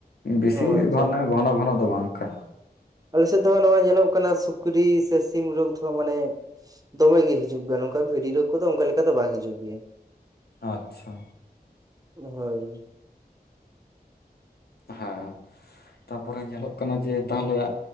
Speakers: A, on the left; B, on the right.
A: ᱵᱮᱥᱤ
B: ᱚ ᱟᱪᱪᱷᱟ
A: ᱜᱚᱱ ᱜᱷᱚᱱ ᱜᱷᱚᱱ ᱫᱚ ᱵᱟᱝ ᱠᱷᱟᱱ
B: ᱟᱞᱮᱥᱮᱫ ᱫᱚ ᱱᱚᱣᱟ ᱧᱮᱞᱚᱜ ᱠᱟᱱᱟ ᱥᱩᱠᱨᱤ ᱥᱮ ᱥᱤᱢ ᱨᱳᱜᱽ ᱫᱚ ᱢᱟᱱᱮ ᱫᱚᱢᱮ ᱜᱮ ᱦᱤᱡᱩᱜ ᱜᱮᱭᱟ ᱱᱚᱝᱠᱟ ᱵᱷᱤᱰᱤ ᱨᱳᱜᱽ ᱠᱚᱫᱚ ᱚᱱᱠᱟ ᱞᱮᱠᱟ ᱫᱚ ᱵᱟᱝ ᱦᱤᱡᱩᱜ ᱜᱮᱭᱟ
A: ᱟᱪᱪᱷᱟ
B: ᱦᱳᱭ
A: ᱦᱮᱸ ᱛᱟᱯᱚᱨᱮ ᱧᱮᱞᱚᱜ ᱠᱟᱱᱟ ᱡᱮ ᱛᱟᱦᱚᱞᱮ